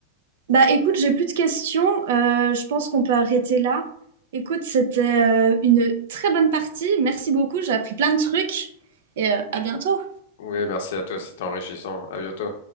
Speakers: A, on the right; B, on the left.
A: Bah, écoute, j'ai plus de questions. Euh, je pense qu'on peut arrêter là. Écoute, c'était euh, une très bonne partie. Merci beaucoup. J'ai appris plein de trucs et euh, à bientôt.
B: Oui, merci à toi, c'était enrichissant. À bientôt.